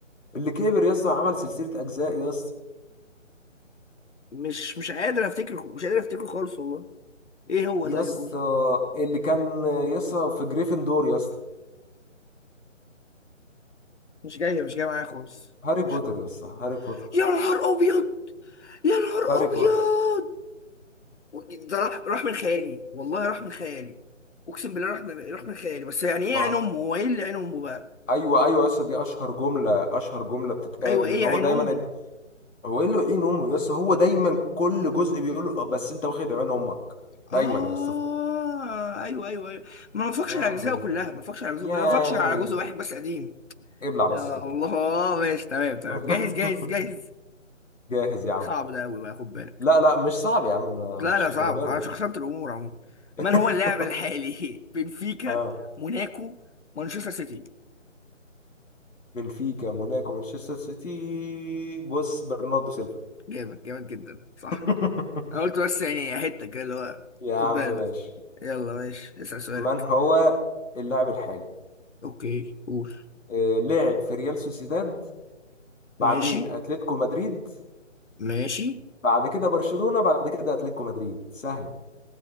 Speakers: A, on the left; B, on the left.
A: اللي كبر يسا عمل سلسله اجزاء يسا
B: مش مش قادر افتكره مش قادر افتكره خالص والله ايه هو
A: يسا
B: طيب قول
A: اللي كان يسا في جريفندور يسا
B: مش جاي مش جاي معايا خالص
A: هاري
B: مش
A: بوتر
B: جاي
A: يسا هاري بوتر
B: يا نهار ابيض يا نهار
A: هاري
B: ابيض
A: بوتر
B: ده راح راح من خيالي والله راح من خيالي اقسم بالله راح من راح من خيالي بس يعني ايه
A: ما
B: عين امه هو ايه اللي عين امه بقى
A: ايوه ايوه يسا دي اشهر جمله اشهر جمله بتتقال
B: ايوه
A: اللي
B: ايه
A: هو
B: عين
A: دايما
B: امه
A: انت هو ايه اللي عين امه يسا هو دايما كل جزء بيقول له، "آه، بس انت واخد عين امك دايما
B: اه
A: يسا
B: ايوه ايوه ايوه ما بفكش
A: يا
B: على
A: عمي
B: اجزائه كلها ما بفكش على اجزائه
A: يا
B: كلها
A: عمي
B: ما بفكش على جزء واحد بس قديم
A: ابلع بس
B: يا
A: ابلع
B: الله ماشي تمام تمام
A: <laughs>
B: جاهز جاهز جاهز
A: جاهز يا عم
B: صعب ده قوي بقى خد بالك
A: لا لا مش صعب يا عم ما-
B: لا
A: مش
B: لا
A: الدرجة
B: صعب انا
A: دي
B: شخصنت الامور عموما
A: <laughs>
B: من هو اللاعب الحالي <laughs> بنفيكا
A: اه
B: موناكو مانشستر سيتي
A: بنفيكا موناكو مانشستر سيتي بص برناردو سيلفا
B: جامد جامد جدا صح
A: <laughs>
B: أنا قلت بس يعني حتة كده اللي هو
A: يا
B: خد
A: عم
B: بالك
A: ماشي
B: يلا ماشي اسأل سؤالك
A: من هو اللاعب الحالي
B: اوكي قول
A: آه، لعب في ريال سوسيداد
B: ماشي
A: بعدين اتلتيكو مدريد
B: ماشي
A: بعد كده برشلونة بعد كده اتلتيكو مدريد سهلة